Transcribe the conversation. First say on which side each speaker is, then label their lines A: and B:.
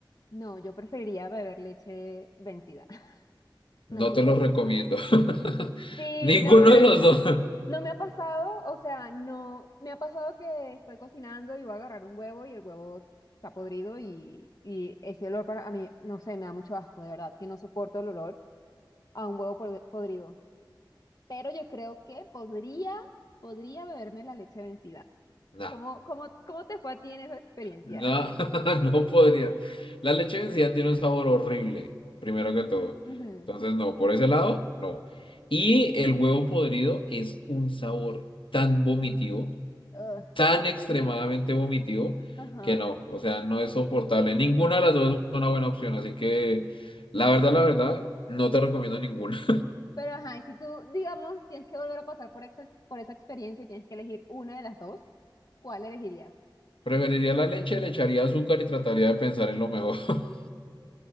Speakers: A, on the left; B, on the left.
A: no, yo preferiría beber leche vencida. <laughs>
B: No
A: No soporto.
B: te los recomiendo. <laughs>
A: Sí,
B: Ninguno
A: no, bueno,
B: de los dos. <laughs>
A: no me ha pasado, o sea, no, me ha pasado que estoy cocinando y voy a agarrar un huevo y el huevo está podrido y, y ese olor para a mí, no sé, me da mucho asco, de verdad, que no soporto el olor a un huevo pod- podrido. Pero yo creo que podría, podría beberme la leche vencida.
B: Nah.
A: ¿Cómo, cómo, cómo te fue a ti en esa experiencia?
B: No, <laughs> no podría. La leche vencida tiene un sabor horrible, primero que todo.
A: Ujú.
B: Entonces, no, por ese lado, no. Y el huevo podrido es un sabor tan vomitivo,
A: Ugh,
B: tan extremadamente vomitivo,
A: ajá.
B: que no, o sea, no es soportable. Ninguna de las dos es una buena opción, así que la verdad, la verdad, no te recomiendo ninguna.
A: Pero ajá, y si tú, digamos, tienes que volver a pasar por, exa- por esa experiencia y tienes que elegir una de las dos, ¿cuál elegirías?
B: <laughs> Preferiría la leche, le echaría azúcar y trataría de pensar en lo mejor. <laughs>